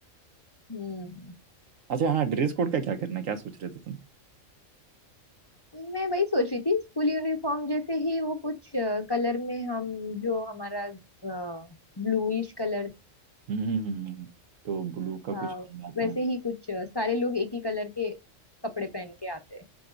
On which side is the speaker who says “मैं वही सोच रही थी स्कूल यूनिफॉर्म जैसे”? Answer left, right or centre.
Left